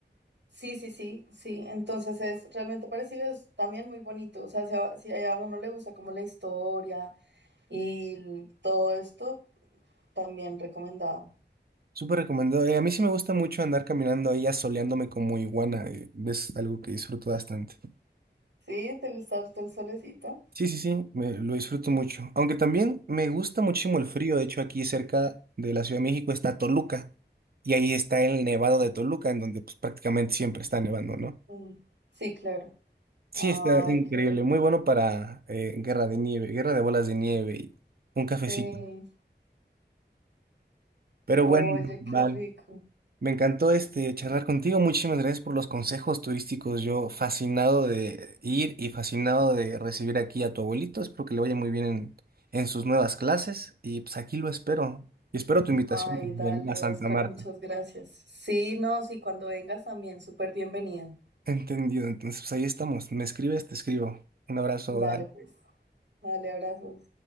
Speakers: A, on the right; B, on the right.
A: Sí, sí, sí, sí. Entonces es realmente parecido, es también muy bonito. O sea, si a, si a uno le gusta como la historia y l- todo esto, también recomendado.
B: Súper recomendado. Eh, a mí sí me gusta mucho andar caminando ahí asoleándome como iguana. eh, Es algo que disfruto bastante.
A: Sí, ¿te gusta harto el solecito?
B: Sí, sí, sí, me, lo disfruto mucho. Aunque también me gusta muchísimo el frío. De hecho, aquí cerca de la Ciudad de México está Toluca. Y ahí está el nevado de Toluca, en donde pues, prácticamente siempre está nevando, ¿no?
A: Mm, Sí, claro.
B: Sí,
A: Ay,
B: está increíble.
A: qué rico.
B: Muy bueno para eh, guerra de nieve, guerra de bolas de nieve y un cafecito.
A: Sí.
B: Pero
A: Oye,
B: bueno, vale.
A: qué rico.
B: Me encantó este charlar contigo. Muchísimas gracias por los consejos turísticos. Yo fascinado de ir y fascinado de recibir aquí a tu abuelito. Espero que le vaya muy bien en, en sus nuevas clases. Y pues aquí lo espero. Y espero tu invitación
A: Ay,
B: también
A: dale,
B: a Santa
A: Oscar,
B: Marta.
A: muchas gracias. Sí, no, sí, cuando vengas también, súper bienvenido.
B: Entendido. Entonces, pues ahí estamos. Me escribes, te escribo. Un abrazo.
A: Dale,
B: Dani.
A: pues. Dale, abrazos.